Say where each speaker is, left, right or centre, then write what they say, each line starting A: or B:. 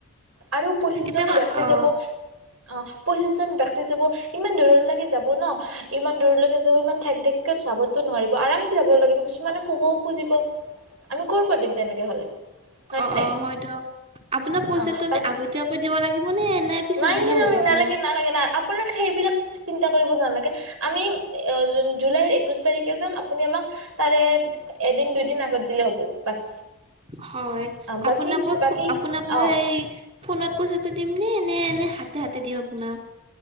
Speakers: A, on the right (about 75°); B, on the right (about 30°).
A: আৰু পঁচিশ
B: এতিয়া
A: জন
B: মই
A: ব্যক্তি
B: অ
A: যাব অ', পঁচিশ জন ব্যক্তি যাব ইমান দূৰৰ লাগে, যাব ন' ইমান দূৰলৈকে যাব ইমান ঠেক দেক, যাবতো নোৱাৰিব আৰাম চে যাব লাগিব কিছুমানে শুবও খুজিব। আমি কৰ পা দিম তেনেকে হলে হয়
B: অ
A: নাই?
B: অ হয় দিয়ক আপোনাক পইচাটো
A: অ'
B: আমি
A: বাকী
B: আগতীয়াকৈ দিব লাগিবনে নে পিছত
A: নাইগে
B: দিলেও হ'ব আপোনাক
A: নালাগে- নালাগে না আপোনাক সেইবিলাক, চিন্তা কৰিব নালাগে। আমি অ, জুন, জুলাইৰ একুইছ তাৰিখে যাম আপুনি আমাক তাৰে এদিন দুইদিন আগত, দিলে হ'ব বাছ
B: হয়,
A: বাকী
B: আপোনাক মই
A: বাকী
B: আপোনাক মই
A: অ
B: ফোনত পইচাটো দিম নে, নে এনে, হাতে- হাতে দিওঁ আপোনাক?